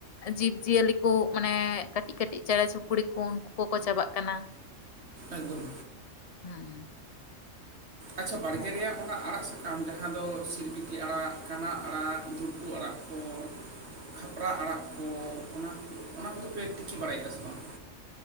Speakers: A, on the left; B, on the right.
A: ᱡᱤᱵᱽ ᱡᱤᱭᱟᱹᱞᱤ ᱠᱚ ᱢᱟᱱᱮ ᱠᱟᱹᱴᱤᱡ ᱠᱟᱹᱴᱤᱡ ᱪᱮᱸᱬᱮ ᱪᱩᱯᱲᱤ ᱠᱚ ᱩᱱᱠᱩ ᱠᱚ ᱠᱚ ᱪᱟᱵᱟᱜ ᱠᱟᱱᱟ
B: ᱮᱠᱫᱚᱢ
A: ᱦᱮᱸ
B: ᱟᱪᱪᱷᱟ ᱵᱟᱲᱹᱜᱮ
A: ᱟᱫᱚ
B: ᱨᱮᱭᱟᱜ ᱚᱱᱟ ᱟᱲᱟᱜ ᱥᱟᱠᱟᱢ ᱡᱟᱦᱟᱸ ᱫᱚ ᱥᱤᱨᱜᱤᱴᱤ ᱟᱲᱟᱜ ᱠᱟᱱᱟ ᱟᱲᱟᱜ ᱫᱷᱩᱴᱩ ᱟᱲᱟᱜ ᱠᱚ ᱠᱷᱟᱯᱨᱟ ᱟᱲᱟᱜ ᱠᱚ ᱚᱱᱟ ᱚᱱᱟ ᱠᱚᱫᱚ ᱯᱮ ᱛᱤᱠᱤ ᱵᱟᱲᱟᱭᱮᱭ-ᱟ ᱥᱮ ᱵᱟᱝ